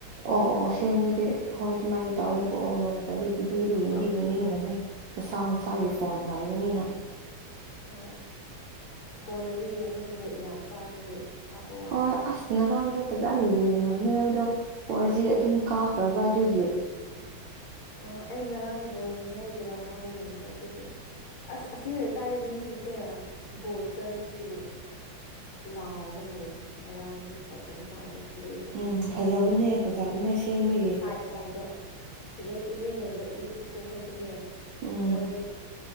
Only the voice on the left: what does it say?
ꯄꯩꯁꯥ
ꯄꯥꯝ
ꯎꯝ
ꯍꯣꯏ ꯐꯣꯟꯗꯗꯤ ꯌꯦꯡꯉꯤꯅ ꯅꯦꯠ ꯌꯥꯝ ꯆꯥꯕꯒꯤ ꯍꯥꯞꯄ ꯋꯥꯅꯦꯕ
ꯑ ꯑꯩ ꯉꯔꯥꯡ ꯅꯨꯐꯥꯎ ꯌꯦꯡꯉ ꯑꯩꯖꯔꯥ ꯑꯃ ꯌꯦꯡꯕ ꯑꯗꯨꯗꯤ ꯑꯁ ꯑꯁꯤ ꯂꯩꯀꯥꯏ ꯃꯤꯁꯤꯡꯁꯦ ꯒꯣꯜ ꯆꯠꯕꯒꯤ ꯂꯥꯎꯔꯒ ꯂꯩꯕꯅꯦ ꯉꯔꯥꯡꯗꯤ ꯐꯖꯕ ꯃꯥꯜꯂꯦ ꯄ꯭ꯂꯦꯗꯣ
ꯁꯋ꯭ꯥꯏꯗ ꯁꯤꯗ ꯏꯅꯦ ꯂꯩꯕ ꯏꯅꯦꯅꯤꯀꯣ ꯑꯩꯈꯣꯏꯁꯨꯅꯦ
ꯃꯣꯏꯗ